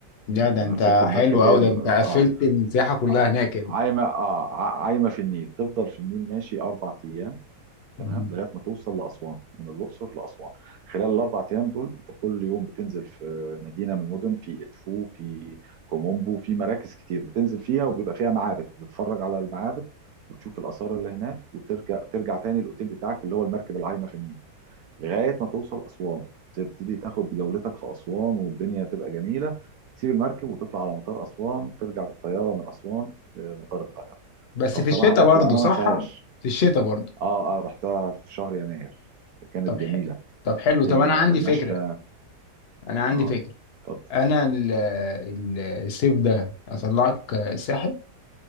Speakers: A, on the left (about 70°); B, on the right (about 70°).
A: يا
B: يعني
A: ده
B: انا
A: انت
B: ركبت المركب
A: حلو
B: هي
A: قوي
B: ال-
A: ده انت
B: ال-
A: قفلت
B: اه
A: السياحه كلها
B: اه
A: هناك كده
B: عايمه اه ع- عايمه في النيل تفضل في النيل ماشي اربع ايام
A: مم.
B: تمام لغايه ما توصل لاسوان من الاقصر لاسوان خلال الاربع ايام دول انت كل يوم بتنزل في مدينه من المدن في ادفو في كومومبو في مراكز كتير بتنزل فيها وبيبقى فيها معابد بتتفرج على المعابد وتشوف الاثار اللي هناك وترجع ترجع تاني الاوتيل بتاعك اللي هو المركب العايمه في النيل لغايه ما توصل اسوان تبتدي تاخد جولتك في اسوان والدنيا تبقى جميله تسيب المركب وتطلع على مطار اسوان ترجع بالطياره من اسوان لمطار القاهره
A: بس
B: فبصراحه
A: في الشتاء
B: رحله
A: برضه
B: انا
A: صح
B: ما انساهاش
A: في الشتاء برضه
B: اه اه رحتها في شهر يناير كانت
A: طب
B: جميله
A: ح... طب حلو طب
B: هي
A: انا عندي
B: مشتى
A: فكره انا عندي
B: اه
A: فكره
B: اتفضل
A: انا ال... ال- الصيف ده اطلعك الساحل